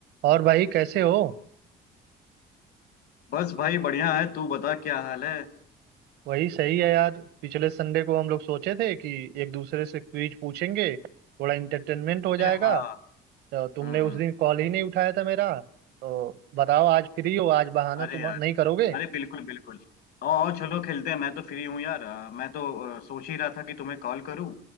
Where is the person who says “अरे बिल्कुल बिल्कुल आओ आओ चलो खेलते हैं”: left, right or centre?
Left